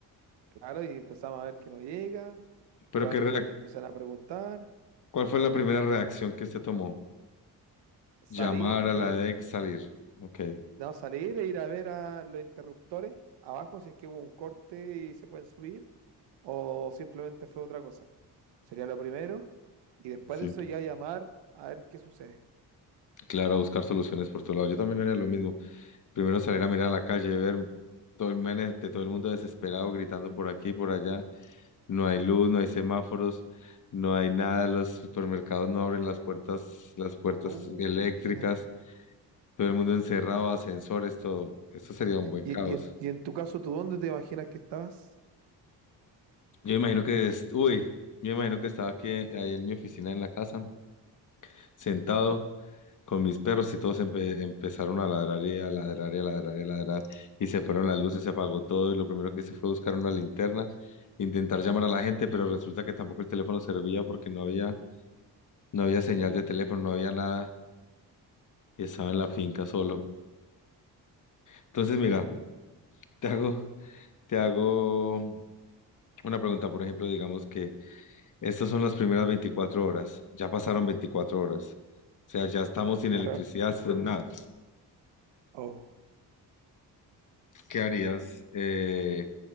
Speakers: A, on the right; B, on the left.
A: Claro, y empezamos a ver que no llega,
B: Pero
A: los
B: qué
A: alumnos
B: reac-
A: te empiezan a preguntar,
B: ¿cuál fue la primera reacción que usted tomó?
A: salir
B: Llamar a
A: e
B: la
A: ir,
B: DEC, salir. Ok,
A: no, salir e ir a ver a los interruptores abajo si es que hubo un corte y se pueden subir, o simplemente fue otra cosa. po. Sería lo primero y después
B: sí.
A: de eso ya llamar a ver qué sucede.
B: Claro, a buscar soluciones por todo lado. Yo también haría lo mismo. Primero salir a mirar a la calle, ver todo el mene de todo el mundo desesperado, gritando por aquí, y por allá. No hay luz, no hay semáforos, no hay nada. Los supermercados no abren las puertas, las puertas
A: Oh,
B: eléctricas.
A: imagínate.
B: Todo el mundo encerrado, ascensores, todo. Esto sería un buen
A: Y,
B: caos.
A: y en, y en tu caso, ¿tú dónde te imaginas que estabas?
B: Yo imagino que es, uy, yo imagino que estaba aquí, ahí en mi oficina, en la casa, sentado. con mis perros y todos empe- empezaron a ladrar y a ladrar y a ladrar y a ladrar y se fueron las luces, se apagó todo y lo primero que hice fue buscar una linterna, intentar llamar a la gente, pero resulta que tampoco el teléfono servía porque no había, no había señal
A: Uf,
B: de teléfono, no había nada y estaba en la finca solo. Entonces,
A: no.
B: mira, te hago, te hago una pregunta, por ejemplo, digamos que estas son las primeras 24 horas, ya pasaron 24 horas. O sea, ya estamos sin
A: Claro.
B: electricidad, sin nada.
A: Oh.
B: ¿Qué harías? Eh,